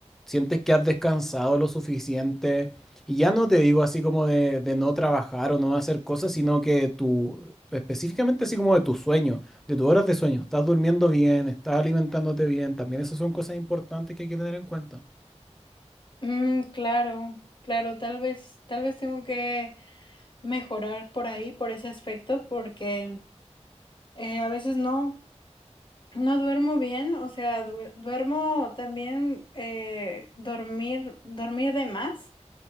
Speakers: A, in the centre; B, on the left (about 45°).
A: Sientes que has descansado lo suficiente. Y ya no te digo así como de, de no trabajar o no hacer cosas, sino que tu, específicamente así como de tu sueño, de tus horas de sueño. Estás durmiendo bien, estás alimentándote bien. También esas son cosas importantes que hay que tener en cuenta.
B: Mm, claro, claro, tal vez, tal vez tengo que mejorar por ahí, por ese aspecto, porque eh, a veces no. No duermo bien, o sea, du- duermo también, eh, dormir, dormir de más